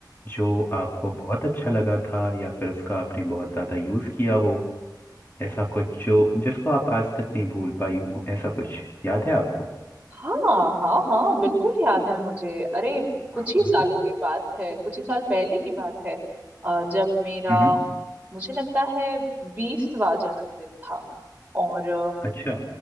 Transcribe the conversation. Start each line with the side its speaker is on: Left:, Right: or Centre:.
Left: जो आपको बहुत अच्छा लगा था या फिर उसका आपने बहुत ज़्यादा यूज़ किया हो ऐसा कुछ जो जिसको आप आज तक नहीं भूल पाई हो ऐसा कुछ याद है आपको
Right: हाँ हाँ हाँ बिल्कुल याद है मुझे अरे कुछ
Left: हाँ
Right: ही सालों की बात है कुछ ही साल पहले की बात है अ, जब मेरा
Left: हम्म
Right: मुझे लगता है बीसवा जन्मदिन था और अ,
Left: अच्छा